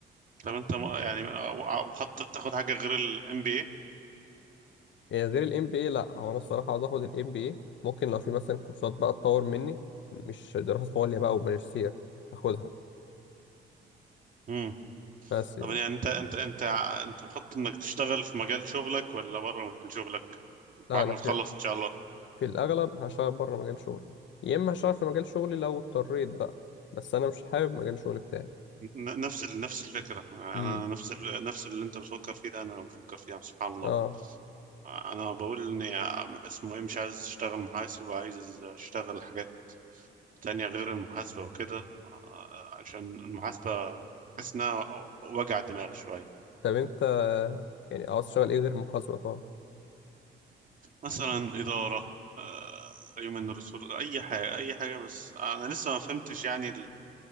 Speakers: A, on the right; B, on the left.
A: طب انت م- يعني آه، مخطط تاخد حاجة غير الام بي
B: إيه غير ال MBA لا هو أنا الصراحة عاوز آخد ال MBA ممكن لو في مثلا كورسات بقى تطور مني مش دراسة عليا بقى وماجستير آخدها
A: اي
B: بس يعني
A: طب يعني انت انت انت ع- انت مخطط انك تشتغل في مجال شغلك ولا بره مجال شغلك
B: لا
A: بعد
B: أنا
A: ما تخلص
B: في,
A: ان شاء الله
B: في الأغلب هشتغل بره مجال شغلي يا إما هشتغل في مجال شغلي لو اضطريت بقى بس أنا مش حابب مجال شغلي بتاعي
A: ن- نفس ال- نفس الفكره انا
B: مم.
A: نفس ال- نفس اللي انت بتفكر فيه ده انا بفكر فيه يعني، سبحان الله
B: اه
A: انا بقول اني ع- اسمه ايه مش عايز اشتغل محاسب وعايز اشتغل حاجات تانية غير المحاسبه وكده آه، عشان المحاسبه بحس انها وجع دماغ شويه
B: طب أنت يعني عاوز تشتغل إيه غير المحاسبة طبعا
A: مثلا اداره آه، هيومن ريسورس اي حاجه اي حاجه بس انا لسه ما فهمتش يعني